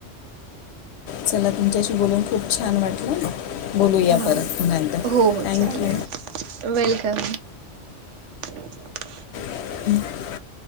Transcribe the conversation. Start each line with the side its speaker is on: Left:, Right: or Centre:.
Left: चला तुमच्याशी बोलून खूप छान वाटलं, बोलूया
Right: हा
Left: परत पुन्हा एकदा
Right: हो हो
Left: थँक्यू.
Right: चालेल वेलकम. <unintelligible>
Left: हम्